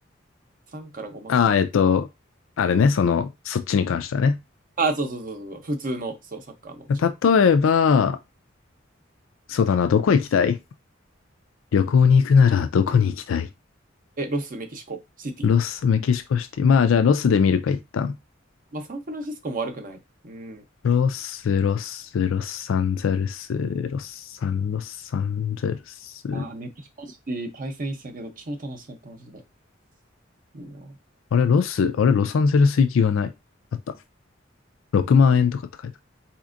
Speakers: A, on the right; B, on the left.
A: 3から5万ぐらいか。
B: ああ、えっと、あれね、その、そっちに関してはね。
A: あ、そうそうそうそうそう、普通の、そう、サッカーのチケット。
B: 例えば、そうだな、どこ行きたい旅行に行くならどこに行きたい
A: え、ロス、メキシコ、シティ。
B: ロス、メキシコシティ。まあじゃあロスで見るか、一旦。
A: まあ、サンフランシスコも悪くない。うん。
B: ロス、ロス、ロサンゼルス、ロサン、ロサンゼルス。
A: あー、メキシコシティ、対戦したけど、超楽しかった、マジで。いいな。
B: あれ、ロス、あれ、ロサンゼルス行きがない。あった。6万円とかって書いて
A: なんか、